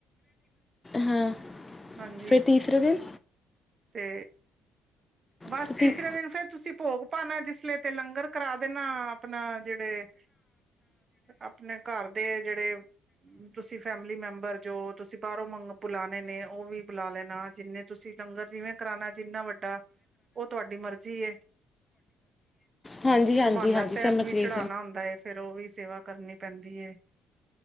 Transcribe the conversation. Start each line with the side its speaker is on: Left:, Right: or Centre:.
Left: ਹਾਂ
Right: ਹਾਂਜੀ
Left: ਫਿਰ ਤੀਸਰੇ ਦਿਨ
Right: ਤੇ ਬਸ
Left: ਫਿਰ
Right: ਤੀਸਰੇ
Left: ਤੀ-
Right: ਦਿਨ ਫਿਰ ਤੁਸੀਂ ਭੋਗ ਪਾਉਂਣਾ ਜਿਸਲੇ ਤੇ ਲੰਗਰ ਕਰਾ ਦੇਣਾ ਆਪਣਾ ਜਿਹੜੇ ਆਪਣੇ ਘਰ ਦੇ ਜਿਹੜੇ ਤੁਸੀਂ ਫੈਂਮਲੀ ਮੈਂਬਰ ਜੋ ਤੁਸੀਂ ਬਾਹਰੋਂ ਮੰਗ ਬੁਲਾਣੇ ਨੇ ਉਹ ਵੀ ਬੁਲਾ ਲੈਣਾ ਜਿੰਨੇ ਤੁਸੀਂ ਲੰਗਰ ਕਰਾਉਣਾ ਜਿੰਨਾ ਵੱਡਾ ਉਹ ਤੁਹਾਡੀ ਮਰਜ਼ੀ ਏ।
Left: ਹਾਂਜੀ-ਹਾਂਜੀ
Right: ਰੁਮਾਲਾ ਸਾਹਿਬ
Left: ਸਮਝ
Right: ਵੀ
Left: ਗਈ,
Right: ਚੜਾਉਣਾ ਹੁੰਦਾ ਹੈ ਫੇਰ ਉਹ ਵੀ ਸੇਵਾ ਕਰਨੀ ਪੈਂਦੀ ਹੈ